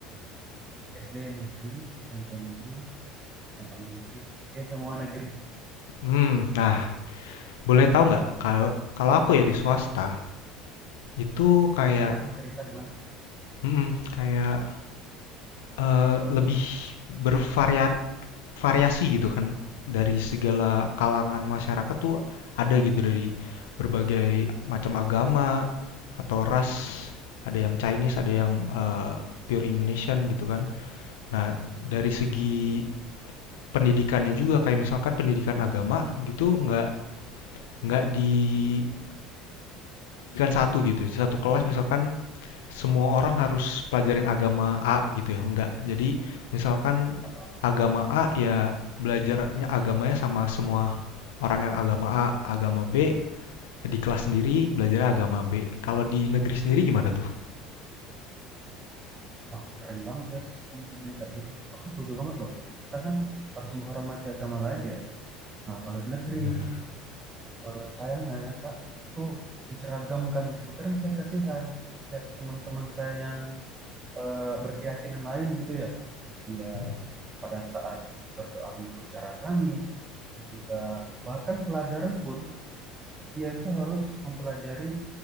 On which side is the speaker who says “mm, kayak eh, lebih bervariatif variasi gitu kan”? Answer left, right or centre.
Left